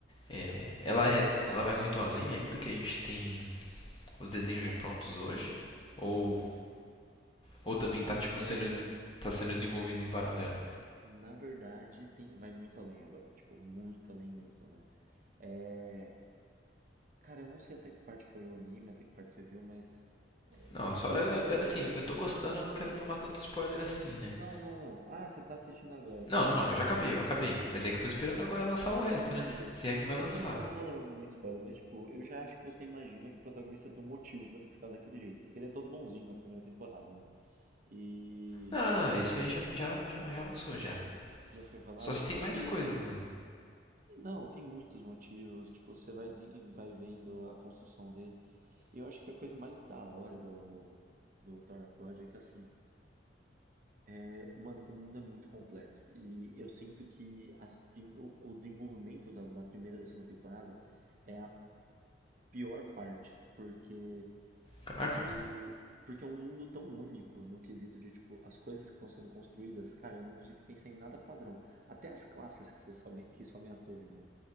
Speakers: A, on the left; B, on the right.
A: é, ela é ela vai muito além aí do que a gente tem os desenhos já prontos hoje ou ou também
B: Mano,
A: tá tipo
B: é,
A: sendo tá sendo desenvolvido em paralelo.
B: na verdade tem, vai muito além agora, tipo, muito além mesmo, né? É, Cara, eu não sei até que parte foi o anime, até que parte você viu, mas. é,
A: Não, só
B: O,
A: é-
B: per- o
A: é-
B: pro-
A: assim, eu- assim, eu tô gostando, eu não quero tomar tanto spoiler assim, né?
B: não, não, não. Ah, você tá assistindo agora,
A: Não,
B: tá.
A: não, não,
B: Então,
A: eu já acabei, eu acabei. Mas é que eu tô esperando agora lançar o resto,
B: é,
A: né?
B: beleza.
A: Se é que vai lançar.
B: Então não- eu não vou dar muito spoiler, mas tipo, eu já acho que você imagina que o protagonista tem um motivo pra ter ficado daquele jeito, porque ele é todo bonzinho na primeira temporada, né? E
A: Não, não, não, isso aí já já já, já lançou já.
B: já foi falado,
A: Só se tem
B: é
A: mais
B: que
A: coisas,
B: eu
A: mano.
B: não, tem muitos motivos, tipo, você vai desen- e vai vendo a construção dele. E eu acho que a coisa mais da hora do do Tower of God é que assim, É, mano, o mundo é muito completo. E eu sinto que as prim- o, o desenvolvimento da, da primeira e da segunda temporada é a pior parte, porque
A: Caraca.
B: o. Porque é um mundo tão único no quesito de, tipo, as coisas que estão sendo construídas, cara, eu não consigo pensar em nada padrão. Até as classes que, você sobem, que sobem a torre, mano.